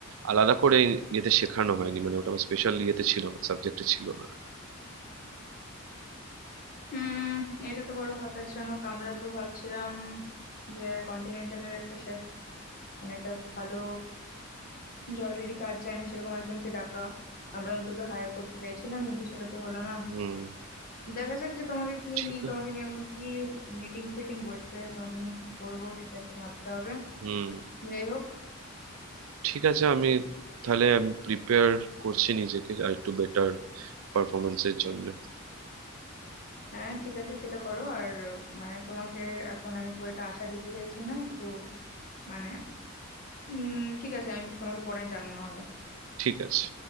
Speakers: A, on the right (about 75°); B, on the left (about 45°).
A: আলাদা করে ইয়েতে শেখানো হয়নি মানে ওটা আমার স্পেশাল ইয়েতে ছিল না সাবজেক্টে ছিল না
B: হুম এটা তো বড় হতাশজনক আমরা তো ভাবছিলাম যে কন্টিনেন্টালের একটা শেফ মানে একটা ভালো যে অলরেডি কাজ জানে সেরকম একজনকে ডাকা আমরা অন্তত হায়ার করতে চাইছিলাম কিন্তু সেটা তো হলো না
A: হুম
B: দেখা যাক যে তোমাকে কি
A: ঠিক
B: নিয়ে তোমাকে
A: আছে
B: নিয়ে এখন কি মিটিং ফিটিং বসবে তোমাকে নিয়ে কি করবো সেটা একটু ভাবতে হবে
A: হুম
B: যাই হোক
A: ঠিক আছে আমি তাহলে আমি প্রিপেয়ার করছি নিজেকে আর একটু বেটার পারফরমেন্সের জন্য
B: হ্যাঁ ঠিক আছে সেটা করো আর আহ, মানে তোমাকে এখন আমি খুব একটা আশা দিতে চাইছি না একটু মানে উম ঠিক আছে আমি তোমাকে পরে জানানো হবে
A: ঠিক আছে